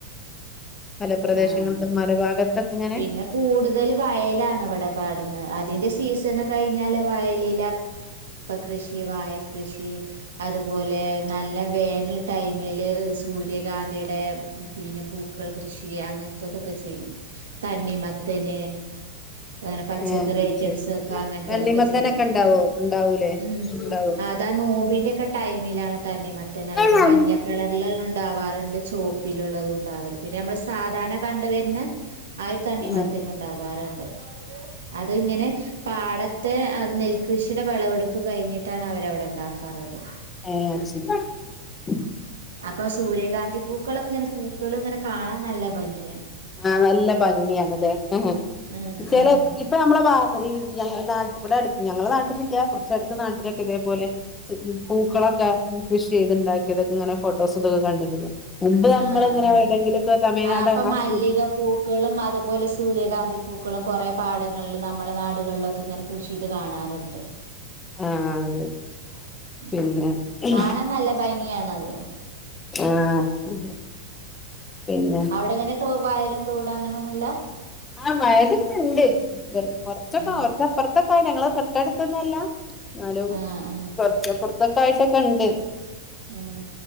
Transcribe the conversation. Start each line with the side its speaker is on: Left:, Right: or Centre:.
Left: മല പ്രദേശങ്ങൾ
Right: ആഹ്
Left: മല ഭാഗത്തൊക്കെങ്ങനെ
Right: പിന്നെ കൂടുതൽ വയലാണ് ഇവിടെ കടന്ന് അതിന്റെ സീസൺ കഴിഞ്ഞാല് വയല് കൃഷി വാഴ കൃഷി അതുപോലെ നല്ല വേനൽ ടൈം മേൽ സൂര്യകാന്തിയുടെ പിന്നെ പൂക്കൾ കൃഷി അങ്ങനത്തൊക്കെ ചെയ്യും തണ്ണിമത്തൻ അങ്ങനെ പച്ചക്കറി
Left: ഏ അത്
Right: ഐറ്റംസ്
Left: ശരി
Right: ഒക്കെ അങ്ങനത്തതൊക്കെ
Left: തണ്ണിമത്തനൊക്കെ
Right: ചെയ്യും
Left: ഉണ്ടാവോ ഉണ്ടാവൂലേ
Right: ഉ
Left: ഉണ്ടാവോ
Right: അതാ നോമ്പിന്റെറെ ഒക്കെ ടൈമിലാണ് തണ്ണിമത്തൻ അവര്
Left: ആഹ്
Right: മഞ്ഞ കളറൽ ഉണ്ടാവാറുണ്ട് ചോപ്പിൽ ള്ളതും ഉണ്ടാവാരുണ്ട് പിന്നെ നമ്മള് സാധാരണ കണ്ട വരുന്ന ആ ഒരു തണ്ണിമത്തനും
Left: ഉം
Right: ഉണ്ടാവാറുണ്ട് അത് ഇങ്ങനെ പാടത്തെ നെൽ കൃഷിയുടെ വിളവെടുപ്പ് കഴിഞ്ഞിട്ടാണ് അവരവിടെ ഉണ്ടാക്കാണത്
Left: ഏ ചിന്ത <inaudible>
Right: അപ്പ സൂര്യകാന്തി പൂക്കളൊക്ക ങ്ങനെ പൂക്കള് ങ്ങനെ കാണാൻ നല്ല ഭംഗിയാ.
Left: ആഹ്, നല്ല ഭംഗിയാണല്ലേ. ഹെ, ഹെ,
Right: ആഹ്
Left: ചെ
Right: ആഹ്
Left: ല ഇപ്പ നമ്മളെ വാ <unintelligible> ന്നാ ഇവിടടുത്ത് ഞങ്ങളെ നാട്ടിലില്ല. കുറച്ച് അടുത്തനാട്ടിലൊക്കെ ഇതേപോലെ. പൂക്കളൊക്ക കൃഷി ചെയ്ത്ണ്ടാക്കിയതൊക്ക ങ്ങന ഫോട്ടോസ് തൊക്കെ കണ്ടക്ക്ണ്. മുമ്പ്
Right: ആഹ്
Left: നമ്മളിങ്ങനെ
Right: ആഹ് ആഹ്
Left: വിടെങ്കിലൊക്ക തമിഴ്നാട്,
Right: ആ ഇപ്പൊ
Left: ആഹ്.
Right: മല്ലിക പൂക്കളും അതുപോലെ സ് സൂര്യകാന്തി പൂക്കളും കൊറെ പാടങ്ങളിലും നമ്മളെ നാടുകളിലൊക്കെ ഇങ്ങനെ കൃഷി ത് കാണാറുണ്ട്.
Left: ആഹ് അതെ.
Right: ഉം
Left: പിന്നെ. <unintelligible>
Right: കാണാൻ നല്ല ഭംഗിയാണത്
Left: ആഹ്. പിന്നെ
Right: അവിടങ്ങനെ, തോ വയലും തോടും അങ്ങനൊന്നുല്ല.
Left: ആഹ്, വയല്ക്ക ണ്ട്. കൊർച്ചൊക്ക
Right: ആഹ്
Left: കൊർച്ചപ്പുറത്തൊക്കയിട്, ഞങ്ങള തൊട്ടടുത്തൊന്നും അല്ല. ന്നാലും,
Right: ആഹ്
Left: കൊർച്ചപ്പുർത്തൊക് യിട്ടൊക്ക ണ്ട്.
Right: ആഹ്,